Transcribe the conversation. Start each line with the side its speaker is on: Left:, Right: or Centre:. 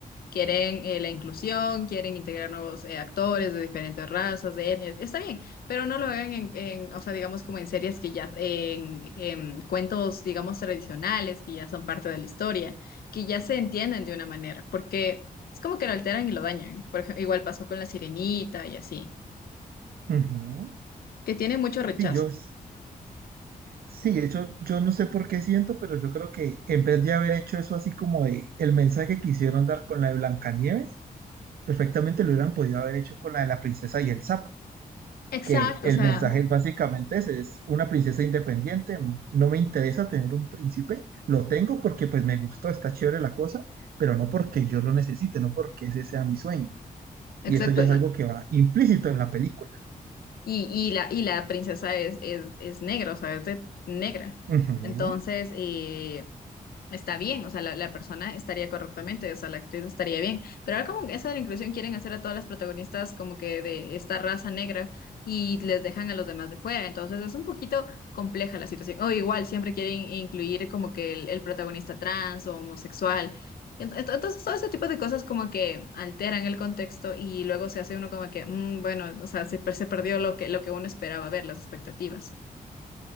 Left: quieren eh, la inclusión, quieren integrar nuevos eh, actores de diferentes razas, de etnias, está bien, pero no lo hagan en, en, o sea, digamos como en series que ya, en, en cuentos, digamos, tradicionales, que ya son parte de la historia, que ya se entienden de una manera, porque es como que lo alteran y lo dañan. Por ejemplo, igual pasó con La Sirenita y así,
Right: Ujú.
Left: que tiene mucho rechazo.
Right: Sí, yo, s- sí, de hecho, yo no sé por qué siento, pero yo creo que en vez de haber hecho eso así como de el mensaje que quisieron dar con la de Blancanieves, perfectamente lo hubieran podido haber hecho con la de la princesa y el sapo.
Left: Exacto,
Right: que el
Left: o sea,
Right: mensaje básicamente es, es una princesa independiente, no me interesa tener un príncipe, lo tengo porque pues me gustó, está chévere la cosa, pero no porque yo lo necesite, no porque ese sea mi sueño.
Left: exacto.
Right: Y eso ya
Left: Y,
Right: es algo que va implícito en la película.
Left: y, y la, y la princesa es, es, es negra, o sea, es de- negra.
Right: Ujú.
Left: Entonces, eh, está bien, o sea, la, la persona estaría correctamente, o sea, la actriz estaría bien. Pero ahora como eso de la inclusión quieren hacer a todas las protagonistas como que de esta raza negra y les dejan a los demás de fuera, entonces es un poquito compleja la situación. O igual siempre quieren incluir como que el, el protagonista trans o homosexual. Ent- ent- Entonces, todo ese tipo de cosas como que alteran el contexto y luego se hace uno como que, mm, bueno, o sea, se, per- se perdió lo que, lo que uno esperaba ver, las expectativas.